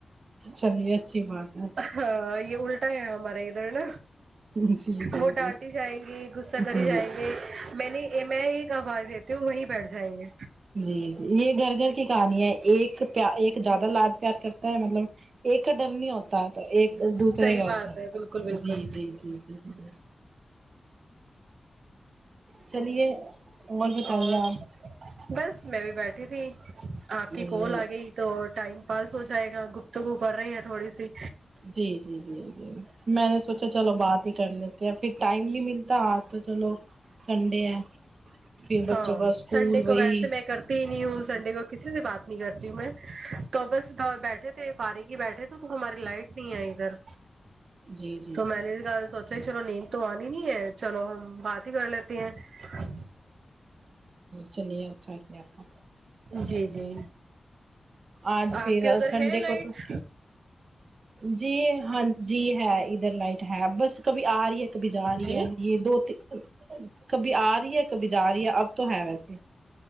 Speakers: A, on the right (about 50°); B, on the right (about 75°).
A: چلیے اچھی بات ہے
B: ہاں یہ الٹا ہے ہمارے ادھر نا
A: جی جی
B: وہ ڈانٹی
A: جی
B: جائیں گی
A: جی
B: کر ہی جائیں گے میں نہیں میں ایک آواز دیتی ہوں وہیں بیٹھ جائیں گے
A: جی جی یہ گھر گھر کے کہانی ایک ایک زیادہ لاد پیار کرتا ہے مطلب ایک کا ڈر نہیں ہوتا ہوتا تو ایک دوسرے
B: صحیح
A: کا
B: بات
A: ہوتا
B: ہے بالکل بالکل
A: جی جی جی جی جی چلیے بتائیے
B: اور
A: آپ
B: بس میں بھی بیٹھی تھی آپ کی
A: جی
B: کال آ گئی تو ٹائم پاس ہو جائے گا گفتگو کر رہی ہیں تھوڑی سی
A: جی جی جی جی میں نے سونچا چلو بات ہی کر لیتے ہیں پھر ٹائم نہیں ملتا تو چلو سنڈے ہے پھر بچوں
B: ہاں
A: کا اسکول
B: سنڈے
A: وہی
B: کو ویسے میں کرتی ہی نہیں ہوں
A: جی
B: سنڈے کو کسی سے بات نہیں کرتی ہوں میں تو بس بیٹھے تھے فاریکی بیٹھے تھے تو ہماری لائٹ نہیں ہے ادھر
A: جی جی جی
B: تو میں نے کہا اچھ چلو نیند تو آنی نہیں ہے چلو ہم بات ہی کر لیتے ہیں
A: چلیے اچھا کیا اپنے
B: جی جی
A: آج پھر
B: آپ کے ادھر
A: سنڈے
B: ہے لائٹ
A: کو تو جی ہاں جی ہے ادھر لائٹ ہے بس کبھی آ رہی ہے کبھی جا رہی
B: جی
A: ہے یہ دو ت کبھی آ رہی ہے کبھی جا رہی ہے اب تو ہے ویسے